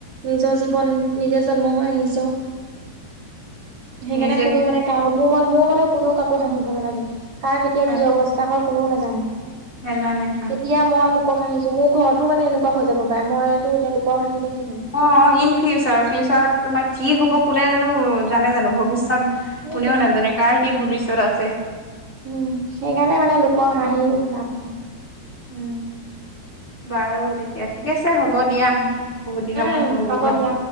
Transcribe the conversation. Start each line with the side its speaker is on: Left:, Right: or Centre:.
Right: নিজৰ জীৱন নিজে জন্ম হৈ আহিছ। সেইকাৰণে
Left: নিজে
Right: কোনো মানে, কাকো মোৰ মোৰ মতে কোনেও কাকো হাঁহিব নালাগে। কাৰ কেতিয়া
Left: নাজানে
Right: কি অৱস্থা হয় কোনেও নাজানে।
Left: নাজানে হয়।
Right: এতিয়া মই লোকক হাঁহিছো। মোৰ ঘৰতো মানে এনেকুৱা হৈ যাব। পাই মইটো এতিয়া লোকক হাঁহিলে কি হ'ব?
Left: অ, ইন ফিউচাৰ -ফিউচাৰত তোমাৰ কি হ'ব কোনেনো জানে জানো? ভৱিষ্যত
Right: সেইটোৱে
Left: কোনেও নাজানে। কাৰ কি ভৱিষ্যত আছে।
Right: উম, সেইকাৰণে মানে লোকক হাঁহি লাভ নাই।
Left: উম, বাৰু তেতিয়া ঠিক আছে হ'ব দিয়া। বহুত দিনৰ
Right: উম
Left: মূৰত ফোন
Right: হ'ব
Left: কৰিলা
Right: দিয়া।